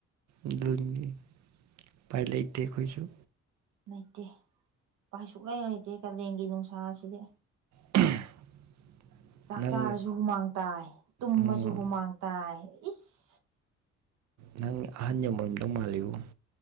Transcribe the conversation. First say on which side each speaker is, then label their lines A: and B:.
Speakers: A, on the right; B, on the right.
A: ꯑꯗꯨꯅꯤ ꯎꯄꯥꯏ ꯂꯩꯇꯦ ꯑꯩꯈꯣꯏꯁꯨ
B: ꯂꯩꯇꯦ ꯎꯄꯥꯏ ꯁꯨꯡꯂꯩ ꯂꯩꯇꯦ ꯀꯥꯂꯦꯟꯒꯤ ꯅꯨꯡꯁꯥꯁꯤꯗꯤ
A: <unintelligible>
B: ꯆꯥꯛ
A: ꯅꯪ
B: ꯆꯥꯔꯁꯨ ꯍꯨꯃꯥꯡ ꯇꯥꯏ ꯇꯨꯝꯃꯁꯨ
A: ꯎꯝ
B: ꯍꯨꯃꯥꯡ ꯇꯥꯏ ꯏꯁ
A: ꯅꯪꯁꯤ ꯑꯍꯟ ꯌꯥꯝ ꯑꯣꯏꯔꯝꯗꯧ ꯃꯥꯜꯂꯤꯕꯣ